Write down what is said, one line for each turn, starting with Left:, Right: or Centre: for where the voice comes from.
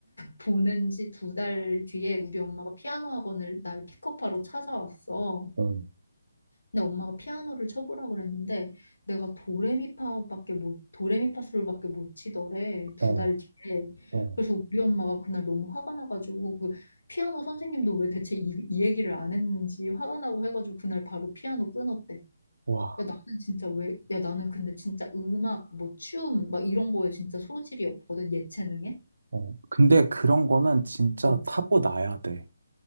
Left: 보낸 지 두 달 뒤에 우리 엄마가 피아노 학원을 나를 픽업하러 찾아왔어.
Right: 어,
Left: 근데 엄마가 피아노를 쳐보라 그랬는데 내가 도레미파밖에 못 도레미파솔밖에 못 치더래 두
Right: 어,
Left: 달 뒤에.
Right: 어.
Left: 그래서 우리 엄마가 그날 너무 화가 나가지고 그 피아노 선생님도 왜 대체 이, 이 얘기를 안 했는지 화가 나고 해가지고 그날 바로 피아노 끊었대.
Right: 와,
Left: 야 나는 진짜 왜 야 나는 근데 진짜 음악 뭐 춤 막 이런 거에 진짜 소질이 없거든 예체능에.
Right: 어. 근데 그런 거는 진짜
Left: 어,
Right: 타고 나야 돼.